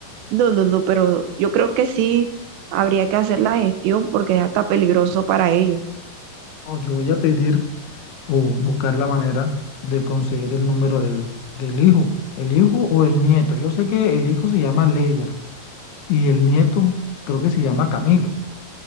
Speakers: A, on the right (about 75°); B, on the left (about 80°).
A: No, no, no, pero yo creo que sí habría que hacer la gestión porque es hasta peligroso para ellos.
B: No, yo voy a pedir o buscar la manera de conseguir el número del, del hijo, el hijo o el nieto. Yo sé que el hijo se llama Leider y el nieto creo que se llama Camilo.